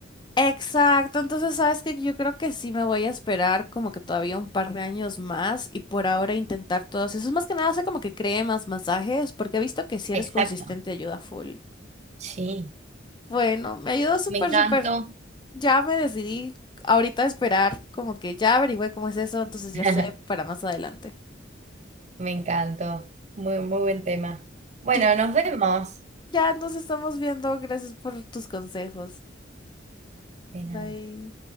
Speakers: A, on the left; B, on the right.
A: Exacto, entonces sabes que yo creo que sí me voy a esperar como que todavía un par de años más y por ahora intentar todos esos. Más que nada, sé como que cree más masajes porque he visto que si eres
B: Exacto.
A: consistente ayuda full.
B: Sí,
A: Bueno, me ayudó súper,
B: Me encantó.
A: súper Ya me decidí ahorita a esperar, como que ya averigüé cómo es eso, entonces ya
B: <laughs>
A: sé para más adelante.
B: me encantó. Muy, muy buen tema. Bueno,
A: Clis,
B: nos vemos.
A: Ya nos estamos viendo, gracias por tus consejos.
B: De
A: Bye.
B: nada.